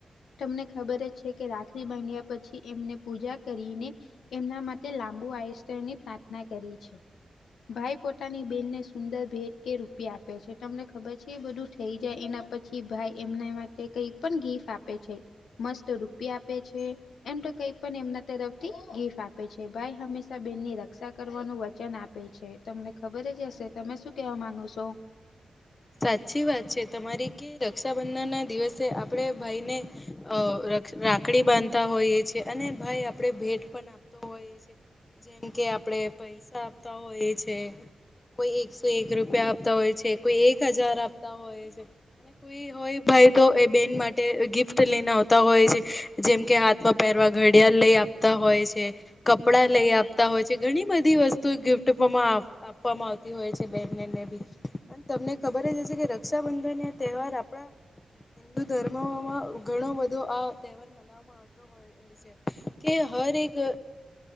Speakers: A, on the left; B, on the left.
A: તમને ખબર જ છે કે રાખડી બાંધ્યા પછી એમને પૂજા કરીને એમના માટે લાંબુઆયુષ્ય ની પ્રાર્થના કરીએ છીએ. ભાઈ પોતાની બેનને સુંદર ભેટ કે રુ પિયા આપે છે તમને ખબર છે એ બધું થઈ જાય એના પછી ભાઈ એમના માટે કઈ પણ ગીફ આપે છે. મસ્ત રૂપિયા આપે છે. એમ તો કઈ પણ એમના તરફથી ગીફ આપે છે ભાઈ હંમેશા બેનની રક્ષા કરવાનું વચન આ પે છે તમને ખબર જ હશે. તમે શું કેવા માંગો છો?
B: સાચી વાત છે તમારી કે રક્ષાબંધન ના દિવસે આપણે ભાઈને અ રાખડી બાંધતા હોઈએ છે અને ભાઈ આપણે ભેટ પણ આપતો હોઈ છે. જેમ કે આપણે પૈસા આપતા હોઈએ છે. કોઈ એકસો એક રૂપિયા આપતા હોય છે, કોઈ એક હજાર આપતા હોય છે અને કોઈ કોઈ ભાઈ તો એ બેન માટે ગિફ્ટ લઈને આવતા હોય છે. જેમ કે હા થ માં પહેરવા ઘડિયાળ લઈ આપતા હોય છે. કપડા લઈ આપતા હોય છે. ઘણી બધી વસ્તુ ગિફ્ટમાં આપવામાં આવતી હોય છે બેનને મે બી અને તમને ખબર જ હશે. કે રક્ષાબંધન એ તહેવાર આપણા હિન્દુ ધર્મોમાં ઘણો બધો આ તહેવાર મનાવવામાં આવતો હોય છે. કે હર એક